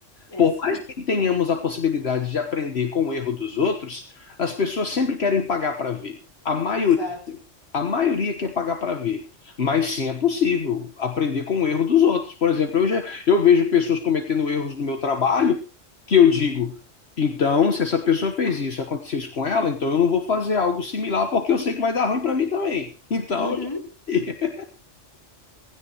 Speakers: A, on the left; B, on the left.
A: É
B: Por
A: sim,
B: mais que tenhamos a possibilidade de aprender com o erro dos outros, as pessoas sempre querem pagar para ver. A maioria
A: exato.
B: A maioria quer pagar para ver, mas sim é possível aprender com o erro dos outros. Por exemplo, eu, já, eu vejo pessoas cometendo erros no meu trabalho que eu digo, então, se essa pessoa fez isso, aconteceu isso com ela, então eu não vou fazer algo similar porque eu sei que vai dar ruim para mim também. Então,
A: Uhum.
B: <laughs>